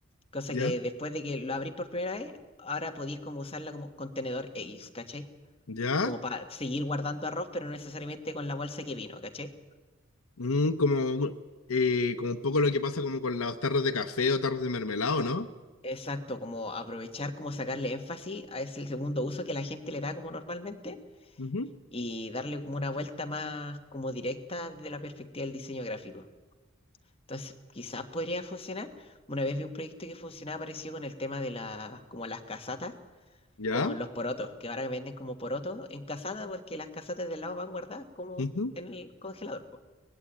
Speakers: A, on the left (about 25°); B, on the left (about 85°).
A: Cosa
B: ¿ya?
A: que después de que lo abrís por primera vez, ahora podéis como usarla como contenedor X, ¿cachai?
B: ¿Ya?
A: Como para seguir guardando arroz, pero no necesariamente con la bolsa que vino, ¿cachai?
B: Mm, como, eh, como un poco lo que pasa como con las tarros de café o tarros de mermelado, no
A: Exacto, como aprovechar, como sacarle énfasis a ese segundo uso que la gente le da como normalmente
B: Ujú.
A: y darle como una vuelta más como directa desde la perspectiva del diseño gráfico. Entonces, quizás podría funcionar. Una vez vi un proyecto que funcionaba parecido con el tema de la, como las casatas
B: ¿Ya?
A: con los porotos, que ahora venden como porotos en casata porque las casatas del lado van guardadas como
B: Ujú.
A: en el congelador, po.